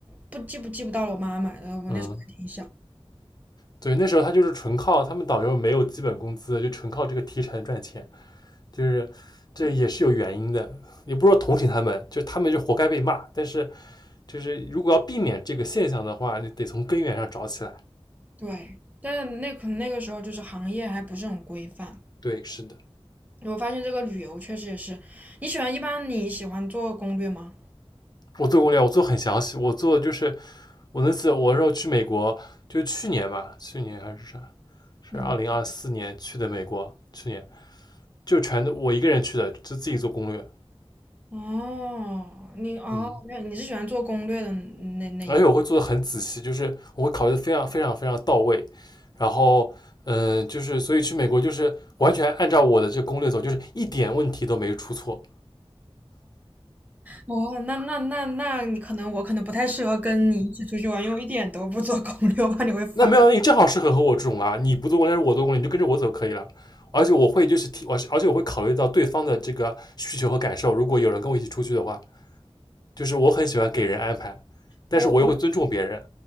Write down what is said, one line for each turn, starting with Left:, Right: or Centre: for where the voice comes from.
Right: 不记不记不到了，我妈买的，我那时候还挺小。
Left: 嗯，对，那时候他就是纯靠他们导游没有基本工资，就纯靠这个提成赚钱，就是这也是有原因的，你不是说同情他们，就他们就活该被骂，但是就是如果要避免这个现象的话，你得从根源上找起来。
Right: 对，但是那可能那个时候就是行业还不是很规范。
Left: 对，是的，
Right: 我发现这个旅游确实也是，你喜欢一般你喜欢做攻略吗？
Left: 我做攻略，我做很详细，我做就是我那次我说去美国，就是去年吧，去年还是啥，是二零二四年去的美国，
Right: 嗯，
Left: 去年就全都我一个人去的，就自己做攻略，
Right: 哦，你哦，
Left: 嗯，
Right: 原来你是喜欢做攻略的那那一。
Left: 而且我会做的很仔细，就是我会考虑的非常非常非常到位，然后嗯、呃就是所以去美国就是完全按照我的这攻略走，就是一点问题都没出错，
Right: 哦，那那那那你可能我可能不太适合跟你一起出去玩，因为我一点都不做攻略，我怕你会烦。
Left: 那没有，那你正好适合和我这种啊，你不做攻略，我做攻略，你就跟着我走可以了。而且我会就是提，我而且我会考虑到对方的这个需求和感受。如果有人跟我一起出去的话，就是我很喜欢给人安排，但是我又会尊重别人。
Right: 我